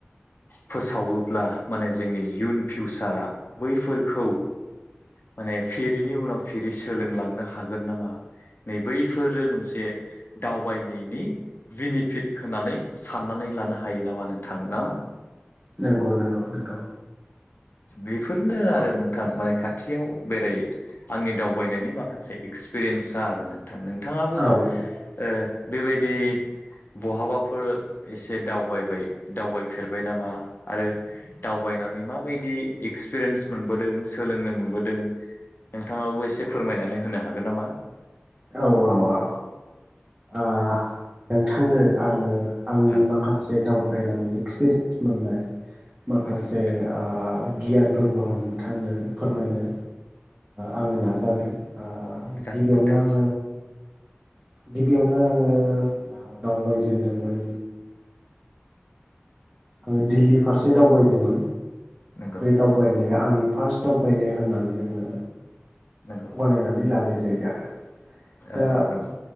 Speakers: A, on the left (about 55°); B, on the right (about 30°).
A: फोसावोब्ला माने जोंनि इयुन फिउचारा बैफोरखौ माने फेरिनि उनाव फेरि सोलोंलांनो हागोन नामा नैबैफोरो मोनसे दावबायनायनि बेनिफिट होननानै साननानै लानो हायो नामा नोंथां ना?
B: नंगौ नंगौ नंगौ।
A: बेफोरनो आरो
B: औ
A: नोंथां माने खाथियाव बेरायै आंनि दावबायनायनि माखासे एक्सपिरियेन्सा आरो नों थां नोंथाङाबो
B: औ
A: ओ बेबायदि बहाबा फोर एसे दावबायबाय दावबायफेरबाय नामा आरो दावबायनानै माबायदि एक्सपिरियेन्स मोनबोदों? सोलोंनो मोनबोदों नोंथाङाबो एसे फोरमायनानै होनो हागोन नामा?
B: औ औ औ ओ नोंथांनो आङो आंनि
A: औ
B: माखासे दावबायनानै एक्सपिरियेन्स मोननाय माखासे
A: नंगौ नोंथां
B: गियानफोरखौ आङो नोंथांनो फोरमायनो आङो नाजागोन
A: जागोन
B: गिबियावनो
A: नोंथां
B: आं गिबियावनो आङो दावबायजेनदोंमोन आङो दिल्ली फारसे दावबायदोंमोन
A: नंगौ नंगौ
B: बे
A: नंगौ
B: दावबायनाया आंनि फार्स्ट दाव बायनाय होननानै आङो
A: नंगौ
B: गनायनानै लानाय जायो आरो।
A: नंगौ
B: दा